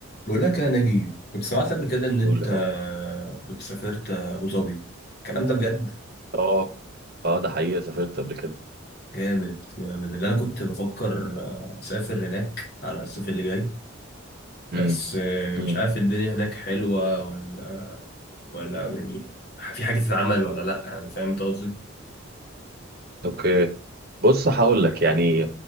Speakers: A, on the left (about 45°); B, on the right (about 45°).
A: بقول لك يا نجيب كنت سمعت قبل كده ان انت
B: قول يا رب
A: كنت سافرت ابو ظبي الكلام ده بجد
B: اه اه ده حقيقة سافرت قبل كده
A: جامد جامد اللي انا كنت بفكر اسافر هناك على الصيف اللي جاي بس
B: امم امم
A: مش عارف الدنيا هناك حلوة ولا ولا يعني في حاجة تتعمل ولا لا يعني فاهم أنت قصدي
B: اوكي بص هقول لك يعني